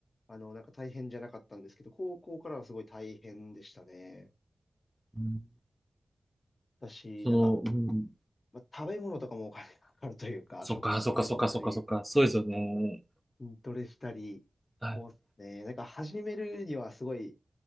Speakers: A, on the left (about 50°); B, in the centre.
A: あの、なんか大変じゃなかったんですけど、高校からはすごい大変でしたね。
B: うん
A: だし、
B: その、
A: なんか、
B: うん、
A: まあ、食べ物とかもお金 <laughs> かかるというか、
B: そっか、
A: 食トレしたり、
B: そっか、そっか、そっか、そっか、そうですよね。
A: 筋トレしたり、
B: あ、
A: そうっすね。なんか始めるにはすごい